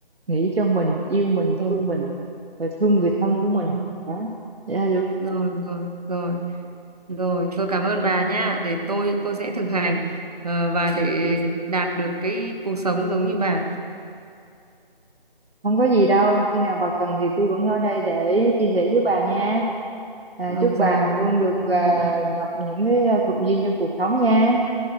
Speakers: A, on the right; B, on the right.
A: nghĩ cho mình yêu mình
B: Rồi.
A: thương mình rồi thương người thân
B: Ừ,
A: của mình
B: ừ.
A: đó vậy là được
B: Rồi rồi rồi. Rồi, tôi cảm ơn bà nhá. Để tôi tôi sẽ thực hành ờ, và để đạt được cái cuộc sống giống như bà.
A: không có gì đâu khi nào bà cần thì tôi vẫn ở đây để chia sẻ với bà nha à,
B: Rồi
A: chúc
B: rồi,
A: bà luôn
B: tôi
A: được
B: cảm ơn
A: à,
B: bà.
A: gặp những cái à, thuận duyên trong cuộc sống nha